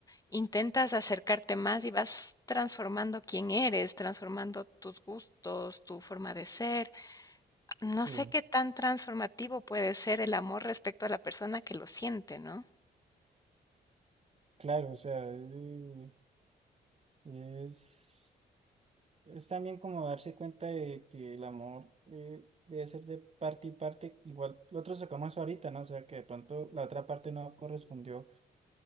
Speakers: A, on the left; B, on the right.
A: intentas acercarte más y vas transformando quién eres, transformando tus gustos, tu forma de ser. No
B: sí.
A: sé qué tan transformativo puede ser el amor respecto a la persona que lo siente, ¿no?
B: Claro, o sea, es, eh, es, es también como darse cuenta de que el amor eh, debe ser de parte y parte, igual lo otro sacamos ahorita, ¿no? O sea, que de pronto la otra parte no correspondió